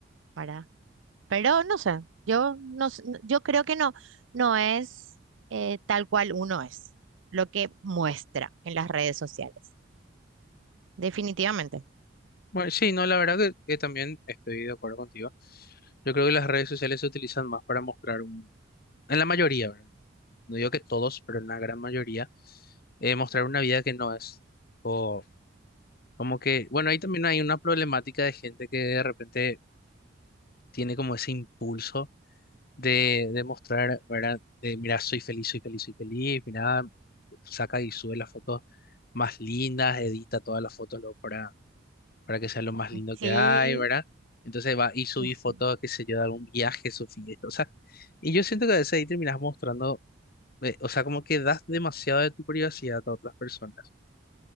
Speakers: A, on the right (about 80°); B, on the left (about 50°).
A: ¿verdad? Pero no sé, yo no, s- n- yo creo que no, no es eh, tal cual uno es, lo que muestra en las redes sociales, definitivamente.
B: Bueno, sí, no, la verdad que, que también estoy de acuerdo contigo. Yo creo que las redes sociales se utilizan más para mostrar un, en la mayoría, ¿verdad? No digo que todos, pero en la gran mayoría, eh, mostrar una vida que no es. O como que, bueno, ahí también hay una problemática de gente que de repente tiene como ese impulso. de, de mostrar, ¿verdad? De, mira, soy feliz, soy feliz, soy feliz, mira, saca y sube las fotos más lindas, edita todas las fotos luego para, para que sea lo más lindo
A: Sí,
B: que hay, ¿verdad? Entonces va y subí
A: <laughs>
B: fotos, qué sé yo, de algún viaje, su fiesta, o sea, y yo siento que a veces ahí terminas mostrando, eh, o sea, como que das demasiado de tu privacidad a otras personas,